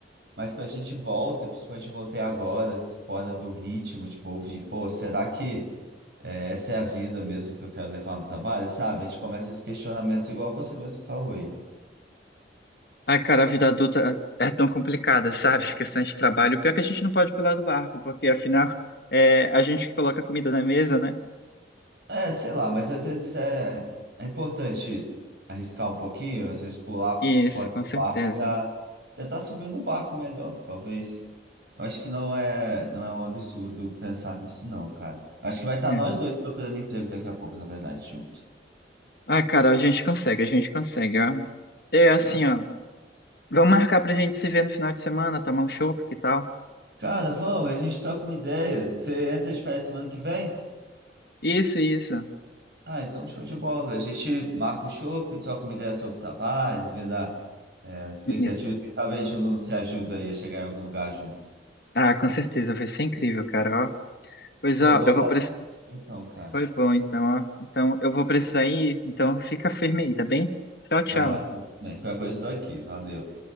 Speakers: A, on the right; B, on the left.
A: Mas quando a gente volta, principalmente eu voltei agora, fora do ritmo, tipo, ouvir, pô, será que é, essa é a vida mesmo que eu quero levar no trabalho, sabe? A gente começa esses questionamentos igual você mesmo falou,
B: Ai, cara, a vida adulta é tão complicada, sabe? <laughs> Questão de trabalho. Pior que a gente não pode pular do barco, porque afinal é a gente que coloca a comida na mesa, né?
A: É, sei lá, mas às vezes é, é importante arriscar um pouquinho, às vezes pular
B: Isso,
A: fora
B: com
A: do
B: certeza.
A: barco para tentar subir no barco melhor, talvez. Eu acho que não é, não é um absurdo pensar nisso, não, cara. Acho que vai estar
B: É.
A: nós dois procurando emprego daqui a pouco, na verdade, junto.
B: Ah, cara, a gente consegue, a gente consegue, ó. É assim,
A: Ah,
B: ó. Vamos marcar pra gente se ver no final de semana, tomar um chopp, que tal?
A: cara, vamos, a gente troca uma ideia. Você entra de férias semana que vem?
B: Isso, isso.
A: Ah, então show de bola. A gente marca o chopp, troca uma ideia sobre o trabalho, vendo a- é, as expectativas.
B: Isso.
A: Quem sabe a gente não se ajuda aí a chegar em algum lugar junto.
B: Ah, com certeza, vai ser incrível, cara, ó. Pois
A: Pô,
B: ó,
A: bom
B: eu vou
A: falar
B: precisar.
A: com você então, cara.
B: Foi bom, então, ó. Então, eu vou precisar ir, então fica firme aí, tá bem? Tchau, tchau.
A: Vai lá, você... bem, qualquer coisa estou aqui. Valeu.